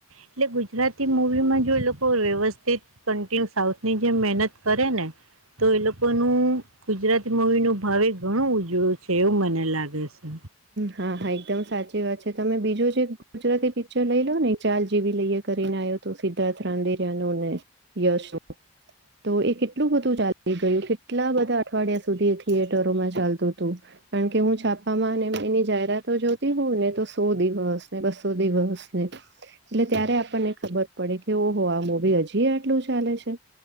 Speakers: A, on the right; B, on the right.
A: એટલે ગુજરાતી મૂવીમાં જો એ લોકો વ્યવસ્થિત કન્ટિન્યુ સાઉથની જેમ મહેનત કરે ને તો એલોક કોનું ગુજરાતી મૂવીનું ભાવે ઘણું ઉજળું છે એવું મને લાગે છે.
B: હા હા એકદમ સાચી વાત છે તમે બીજું જે ગુજરાતી પિક્ચર લઈ લો ને ચાર જેવી લહિયા કરીને આયો તો સિદ્ધાર્થ રાંધેરિયા નો ને યશ નું તો એ કેટલું બધું ચાલી ગયું કેટલા બધા અઠવાડિયા સુધી થિયેટરોમાં ચાલતું તું. કારણ કે હું છાપામાં અને એની જાહેરાતો જોતી હોઉને તો સો દિવસ ને બસો દિવસને એટલે ત્યારે આપણને ખબર પડે કે ઓહો આ મુવી હજી આટલું ચાલે છે.